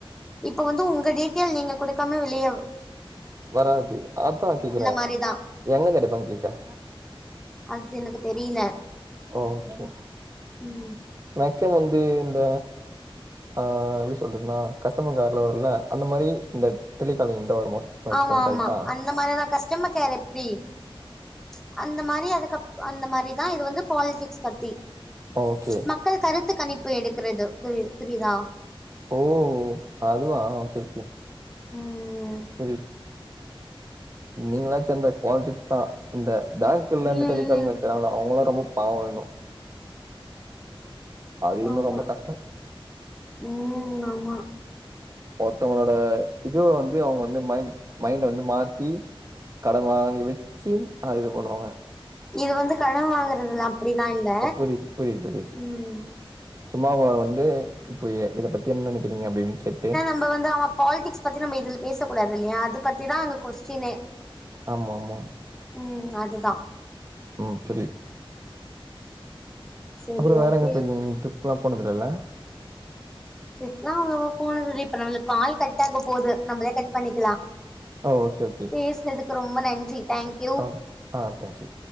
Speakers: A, in the centre; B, on the right (about 35°).
A: இப்ப வந்து உங்க டீட்யெல் நீங்க குடுக்காம வெளியவ்
B: வராது அத்தா கேக்குற
A: மாரிதா
B: எங்கர்ந்து எடுப்பாங்க கேக்கறே
A: அத்சு எனக்கு தெரியில
B: ஓகே
A: ம்
B: மேக்சிமம் வந்து இந்த ஆ எப்டி சொல்றதுன்னா கஸ்டமர் கேர்ல வர்ல அந்த மாரி இந்த டெலிகாலிங் தா வருமா மேக்சிமம்
A: ஆமா
B: கரெக்டா
A: ஆமா அந்த மாறியேதா கஷ்டமர்க்கேர் எப்டி ம்ச் அந்த மாரி அதுக்கப் அந்த மாரிதா இது வந்து பாலிடிக்ஸ் பத்தி
B: ஓகே
A: ம்ச் மத் க்கள் கருத்துக் கணிப்பு எடுக்குறது புரித் புரிதா
B: ம் ம் அதுவா ஓக்கே ஓக்கே
A: ம்
B: புரிது நீங்களாச்சு அந்த பால்ட்டிக்ஸ் தா இந்த பேங்க்ல்ல அந்த
A: ம்
B: டெலிக்காலிங் வேல
A: ம்
B: செய்றாங்ல அவுங்களா ரொம்ப பாவோ இன்னு அது இன்னு
A: ஆமா
B: ரொம்ப கஷ்டோ
A: ம் ஆமா
B: ஒர்த்தவ்ங்ளோட இது வந்து அவுங்க வந்து மைண்ட் மைண்ட வந்து மாத்தி கடன் வாங்கி வச்சி அது இது பண்ணுவாங்க
A: இது வந்து கடன் வாங்கறதுல அப்டிலா இல்ல
B: புரியுது புரியுது புரியுது
A: ம்
B: சும்மா அவுங்கள வந்து இப்ப இத பத்தி என்ன நினைக்கிறீங்க அப்டி இப்டின் கேட்டு
A: நம்ப வந்து அவ பால்டிக்ஸ் பத்தி நம்ப இதுல பேசக்கூடாது இல்லையா அது பத்திதா அங்க கொஸ்டினே
B: ஆமா ஆமா
A: ம் அதுதான்
B: ம் புரியுது
A: சரி
B: அப்புறொ வேற
A: ஓகே
B: எங்க போயிருக்கிங்க ட்ரிப்ல்லா போனதில்லல
A: ட்ரிப்லா அவ்ளவா போனது இல்ல இப்ப நம்மளுக்கு கால் கட் ஆக போது நம்பளே கட் பண்ணிக்கிலா
B: ஓ ஓகே ஓகே
A: பேஸ்னதுக்கு ரொம்ப நன்றி தாங்க் யூ
B: ஆ ஆ தாங்க் யூ